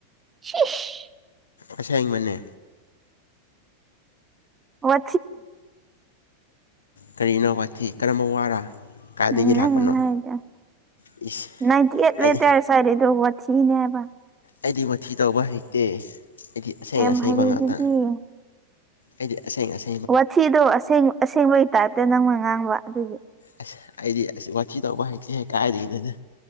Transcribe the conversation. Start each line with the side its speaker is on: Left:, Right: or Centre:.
Right: ꯁꯤꯖ
Left: ꯑꯁ ꯑꯩ ꯃꯅꯦ
Right: ꯋꯥ
Left: ꯀꯔꯤꯅꯣ ꯋꯥꯊꯤ ꯀꯔꯝꯕ ꯋꯥꯔ ꯀꯥꯏꯗꯒꯤ
Right: ꯎꯝ
Left: ꯂꯥꯛꯄꯅꯣ
Right: ꯅꯪ ꯍꯥꯏꯗꯣ
Left: ꯏꯁ
Right: ꯅꯥꯏꯟꯇꯤ ꯑꯩꯠ
Left: ꯑꯩ
Right: ꯂꯤꯇꯔꯁꯔꯤꯗ ꯋꯥ ꯊꯅꯦꯕ
Left: ꯑꯩꯗꯤ ꯃꯊꯤ ꯇꯧꯕ ꯍꯩꯇꯦ ꯑꯩꯗꯤ ꯑꯁꯦꯡ
Right: ꯌꯥꯝ
Left: ꯑꯁꯦꯡꯕ
Right: ꯍꯩꯗꯨꯗꯤ
Left: ꯉꯥꯛꯇ ꯑꯩꯗꯤ ꯑꯁꯦꯡ ꯑꯁꯦꯪꯕ
Right: ꯋꯥꯊꯤꯗꯣ ꯑꯁꯦꯡ ꯑꯁꯦꯡꯕꯒꯤ ꯇꯥꯏꯞꯇ ꯅꯪꯅ ꯉꯥꯡꯕ ꯑꯗꯨꯒꯤ
Left: ꯑꯁ ꯑꯩꯗꯤ ꯑꯁ ꯋꯥꯆꯤ ꯇꯧꯕ ꯍꯩꯇꯦꯦꯛ ꯀꯥꯏꯔꯤꯅꯤꯅ